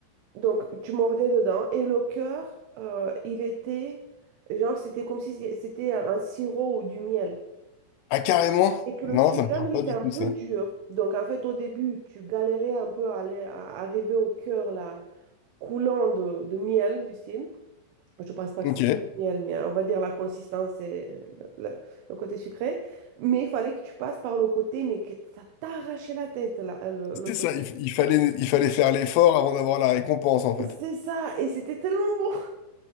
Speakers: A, on the right; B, on the left.
A: Donc, tu mordais dedans et le cœur, euh, il était, genre, c'était comme si c'était un sirop ou du miel.
B: Ah, carrément.
A: Et que le
B: Non,
A: chewing-gum,
B: ça me parle
A: il
B: pas
A: était
B: du
A: un
B: tout
A: peu
B: ça.
A: dur. Donc, en fait, au début, tu galérais un peu à, aller, à arriver au cœur, là, coulant de, de miel, du style. Je pense pas que
B: Ok.
A: c'était du miel, mais euh, on va dire la consistance et euh, le, le- le côté sucré. Mais il fallait que tu passes par le côté, mais que ça t'arrachait la tête, là, le,
B: C'était
A: le côté.
B: ça. Il, f- il fallait, il fallait faire l'effort avant d'avoir la récompense, en fait.
A: C'est ça, et c'était tellement bon.